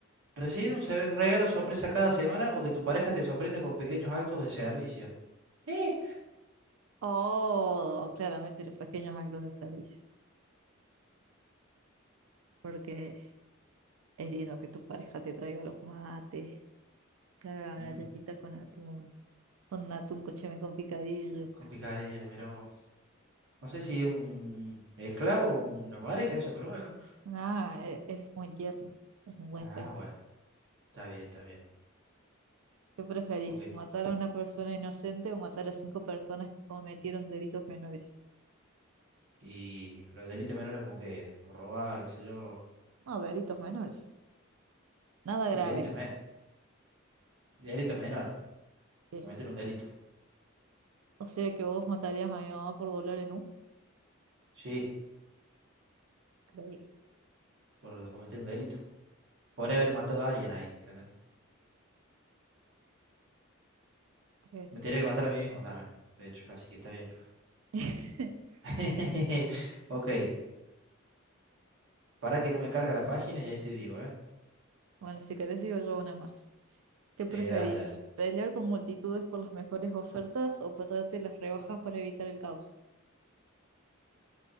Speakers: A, on the right (about 65°); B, on the right (about 85°).
A: ¿Recibir un sever- regalo sorpresa cada semana o que tu pareja te sorprenda con pequeños actos de servicio? ¿Eh?
B: Oh, claramente los pequeños actos de servicio. Porque es lindo que tu pareja te traiga los mates, claro,
A: Mm,
B: galletitas con atún. con atún cocheme con picadillo.
A: complicadilla, mira vos. No sé si es un esclavo o una pareja eso, pero bueno.
B: Ah, e- es, muy tierno, es un buen
A: Ah,
B: gesto.
A: bueno, está bien, está bien.
B: ¿Qué preferís,
A: Ok.
B: matar a una persona inocente o matar a cinco personas que cometieron delitos menores?
A: Y, pero delitos menores como que, como robar, qué sé yo.
B: No, delitos menores. Nada grave,
A: Y delitos, me- delitos menores.
B: sí.
A: Cometer un delito.
B: O sea que vos matarías a mi mamá por dolor en un...
A: Sí,
B: Creí,
A: por cometer un delito. Por
B: creí.
A: haber matado a alguien ahí, ¿entendés?
B: creí.
A: Me tendría que matar a mí mismo también, de hecho, así que está bien.
B: <laughs>
A: <laughs> Ok, para que no me carga la página y ahí te digo, ¿eh?
B: Bueno, si querés yo yo una más. ¿Qué preferís?
A: Eh, dale, dale.
B: ¿Pelear con multitudes por las mejores ofertas o perderte las rebajas para evitar el caos?